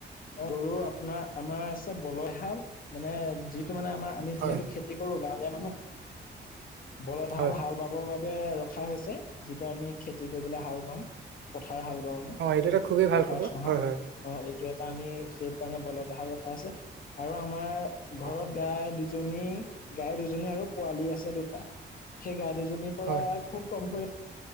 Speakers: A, on the left; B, on the right.
A: গৰু আপোনাৰ আমাৰ আছে বলয়হা মানে যি মানে আমাৰ আমি
B: হয়
A: যিহেতু খেতি কৰো গাঁৱলীয়া মানুহ বল হাল
B: হয় হয়।
A: হাল বাবৰ বাবে ৰখা হৈছে যিটো আমি খেতি কৰিবলৈ হাল বওঁ পথাৰ হাল বাও ন
B: অ এইটো এটা খুবেই ভাল
A: পথাৰ
B: খবৰ
A: চহা
B: হয় হয়
A: অ এইটো আমি সেই কাৰণে বলতাল ৰখা আছে আৰু আমাৰ ঘৰত
B: হয়
A: গাই দুজনী গাই দুজনী আৰু পোৱালী আছে দুটা সেই গাই দুজনীৰ পৰা
B: হয়
A: খুব কম পৰি